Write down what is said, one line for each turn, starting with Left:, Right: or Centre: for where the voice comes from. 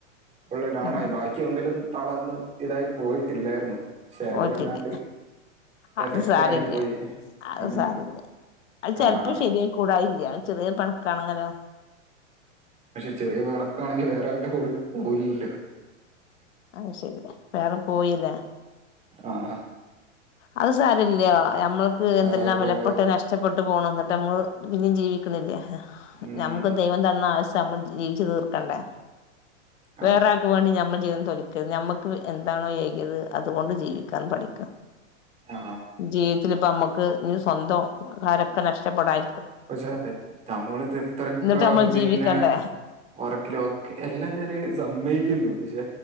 Right: ഫുള്ള് ഡൗണായി
Left: ഉം
Right: ബാ ക്ക് ഒന്നിലും തളർന്ന് ഇതായി പോയിട്ടില്ലായിരുന്നു പക്ഷെ
Left: പോയിട്ടില്ല
Right: ഇത് വല്ലാണ്ട്
Left: അത്
Right: എഫക്റ്റായി
Left: സാരല്ല
Right: പോയി
Left: അത്
Right: ഉം
Left: സാരല്ല അത് ചെലപ്പോ
Right: അതാ
Left: ശരിയായി കൂടായില്ല അത് ചെറിയ പിണക്കാണെങ്കിലോ
Right: പക്ഷെ ചെറിയ പിണക്കാണെങ്കിൽ വേറെ ആരുടെ കൂടെ പോകില്ലല്ലോ
Left: അത് ശരി വേറെ പോയില്ലാ
Right: ആഹ്
Left: അത് സാരമില്ല നമ്മക്ക് എന്തെല്ലാം
Right: അവരുടെ
Left: വിലപ്പെട്ടത് നഷ്ടപ്പെട്ട് പോണ് എന്നിട്ട് നമ്മള് പിന്നെയും ജീവിക്കണില്ലേ
Right: ഉം,
Left: നമുക്ക് ദൈവം തന്ന ആയുസ്സ് നമ്മൾ ജീവിച്ചു തീർക്കണ്ടേ
Right: അതൊക്കെ
Left: വേറെ ക്ക് വേണ്ടി നമ്മൾ ജീവിതം തൊലക്കരുത് നമുക്ക് എന്താണോ എകിയത് അതുകൊണ്ട് ജീവിക്കാൻ പഠി
Right: ആ
Left: ജീവിതത്തിൽ ഇപ്പ നമ്മുക്ക് ഇനി സ്വന്തം ആരൊക്കെ നഷ്ടപ്പെടാൻ
Right: പക്ഷെ നമ്മള് ഇത് എത്രയൊക്കെ
Left: എന്നിട്ട് നമ്മൾ
Right: പിന്നെ
Left: ജീവിക്കണ്ടേ
Right: വർക്കിലോ എല്ലാം ഞാന് സമ്മയിക്കുന്നു പക്ഷെ